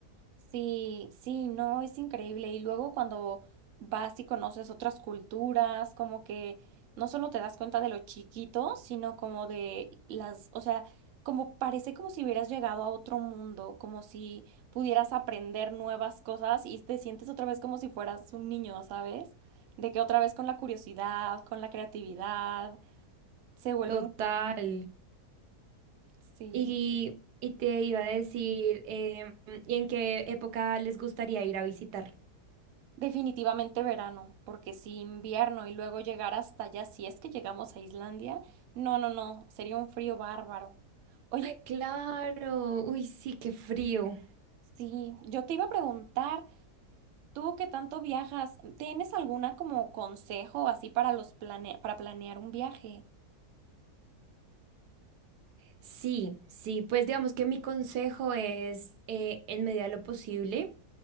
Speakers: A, on the right; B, on the right.
A: Sí, sí, no, es increíble. Y luego cuando vas y conoces otras culturas, como que no solo te das cuenta de lo chiquito, sino como de las, o sea, como parece como si hubieras llegado a otro mundo, como si pudieras aprender nuevas cosas y te sientes otra vez como si fueras un niño, ¿sabes? De que otra vez con la curiosidad, con la creatividad, se vuelve
B: Total.
A: muy... Sí.
B: Y, y te iba a decir, em, ¿y en qué época les gustaría ir a visitar?
A: Definitivamente verano, porque si invierno y luego llegar hasta allá, si es que llegamos a Islandia, no, no, no, sería un frío bárbaro. Oye,
B: Claro, uy, sí, qué frío.
A: sí, yo te iba a preguntar, tú que tanto viajas, ¿tienes alguna como consejo así para los plane para planear un viaje?
B: Sí, sí, pues digamos que mi consejo es, eh, en medida de lo posible,